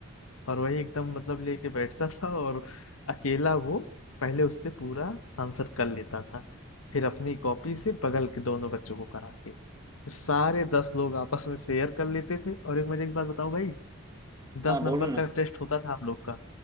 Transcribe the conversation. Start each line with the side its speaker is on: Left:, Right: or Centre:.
Left: और वही एकदम मतलब लेके बैठता था और अकेला वो पहले उससे पूरा आंसर कर लेता था फिर अपनी कॉपी से बगल के दोनों बच्चों को करा के फिर सारे दस लोग आपस में शेयर कर लेते थे और एक मजे की बात बताऊं भाई
Right: हाँ
Left: दस
Right: बोलो
Left: नंबर
Right: ना
Left: का टेस्ट होता था हम लोग का